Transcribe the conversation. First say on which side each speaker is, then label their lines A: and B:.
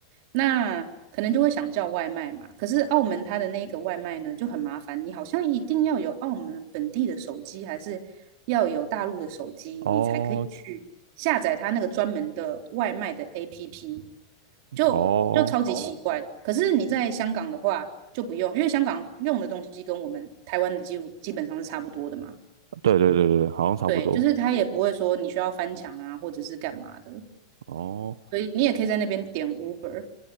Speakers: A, on the right; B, on the right.
A: 那可能就会想叫外卖嘛。可是澳门它的那个外卖呢就很麻烦，你好像一定要有澳门本地的手机，还是要有大陆的手机，
B: 哦
A: 你才可以去下载它那个专门的外卖的 APP，就就超级奇哦怪的。
B: 哦，
A: 可是你在香港的话就不用，因为香港用的东西跟我们台湾的基乎基本上是差不多的嘛。
B: 对对对对，好像差不多。
A: 对，就是它也不会说你需要翻墙啊，或者是干嘛的，
B: 哦
A: 所以你也可以在那边点 Uber。